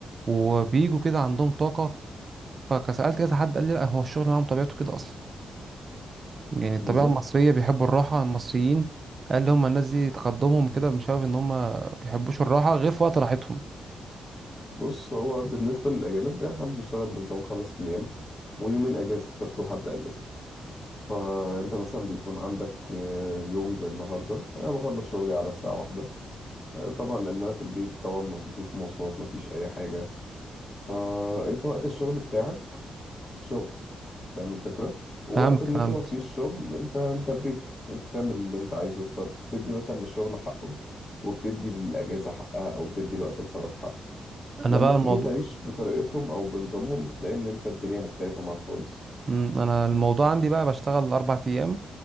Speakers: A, on the right; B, on the left.
A: وبيجوا كده عندهم طاقه فسالت كذا حد قال لي لا هو الشغل معاهم طبيعته كده اصلا يعني الطبيعه
B: بالظبط
A: المصريه بيحبوا الراحه المصريين قال لي هم الناس دي تقدمهم كده بسبب ان هم بيحبوش الراحه غير في وقت راحتهم
B: بص هو بالنسبة للأجانب يعني إحنا بنشتغل بنظام خمس أيام ويومين أجازة سبت وحد أجازة فأنت مثلا بيكون عندك آه، يوم زي النهاردة أنا بخلص شغلي على الساعة واحدة آه، طبعا لأن أنا في البيت طبعا ما- مفيش مواصلات مفيش أي حاجة فأنت وقت الشغل بتاعك شغل فاهم الفكرة ووقت
A: فهمت
B: ان
A: فهمت
B: انت ما فيش شغل انت انت بريك انت تعمل اللي انت عايزه فبتدي مثلا للشغل حقه وبتدي للاجازة حقها او بتدي لوقت الفراغ حقه
A: انا
B: لما
A: بقى
B: تيجي
A: الموضوع
B: تعيش بطريقتهم او بنظامهم بتلاقي ان انت الدنيا مختلفة معاك خالص
A: مم، انا الموضوع عندي بقى بشتغل اربع ايام